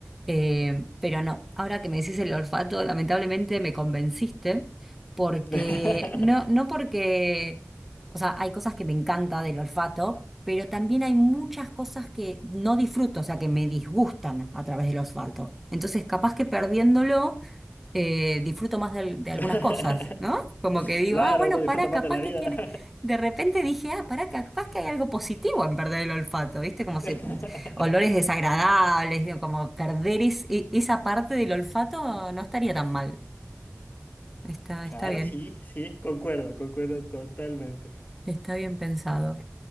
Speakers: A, in the centre; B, on the left.
A: Eh, pero no, ahora que me decís el olfato, lamentablemente me convenciste, porque
B: <laughs>
A: no, no porque, o sea, hay cosas que me encanta del olfato, pero también hay muchas cosas que no disfruto, o sea, que me disgustan a través del olfato. Entonces, capaz que perdiéndolo eh, disfruto más de, al- de algunas
B: <laughs>
A: cosas, ¿no? Como que digo,
B: Claro,
A: ah, bueno,
B: uno disfruta
A: pará,
B: más
A: capaz
B: de la
A: que
B: vida.
A: tiene. De repente dije, ah, pará, capaz que hay algo positivo en perder el olfato, ¿viste? Como se...
B: <laughs>
A: olores
B: <laughs>
A: desagradables, digo, como perder es- e- esa parte del olfato no estaría tan mal. Está,
B: Claro,
A: está bien,
B: sí, sí, concuerdo, concuerdo totalmente.
A: está bien pensado.